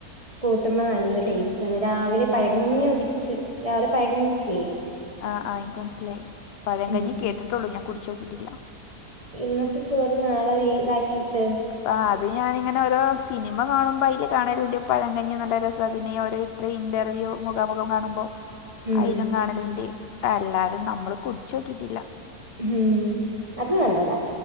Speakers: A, on the right; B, on the left.
A: കൂട്ടുമ്പ നല്ല ടേസ്റ്റ് ആണ് രാവിലെ പഴകഞ്ഞി കുടിച്ച രാവിലെ പഴകഞ്ഞക്കേ
B: ആഹ ആ് എനിക്ക് മനസ്സിലായി പഴം
A: ഉം
B: കഴഞ്ഞഞ് കേട്ടിട്ടുള്ളൂ ഞാൻ കുടച്ച്നോക്കിട്ടില്ല
A: ഇന്നത്തെ ചോറ് നാളെ വെയതാക്കിട്ട്
B: അപ്പ അത് ഞാാനിങ്ങനെഓരോ സിനിമ കാണുമ്പോ അതിൽ കാണ പഴംകഞ്ഞി നല്ല രസമാണ് പിന്നെ <unintelligible> ഇത്ര ഇന്റർവ്യൂ മുഖാമുഖം കാണുമ്പോൾ
A: ഉം
B: അയലും കാണലിറെ അല്ലാതെ നമ്മള് കുടിച്ച നോക്കിട്ടില്ല
A: ഉം അത് നല്ലന്നാ